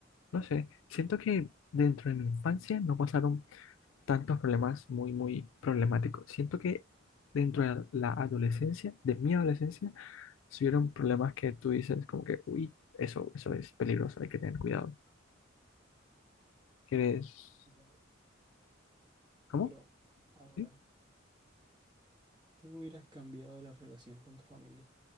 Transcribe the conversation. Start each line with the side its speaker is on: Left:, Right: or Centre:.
Left: no sé. Siento que dentro de mi infancia no pasaron tantos problemas muy, muy problemáticos. Siento que dentro de la adolescencia, de mi adolescencia, si hubieron problemas que tú dices como que, uy, eso, eso es peligroso, hay que tener cuidado. ¿Quieres?
Right: Ya,
Left: ¿Cómo?
Right: Pero ahora,
Left: ¿Sí?
Right: ¿qué hubieras cambiado de la relación con tu familia?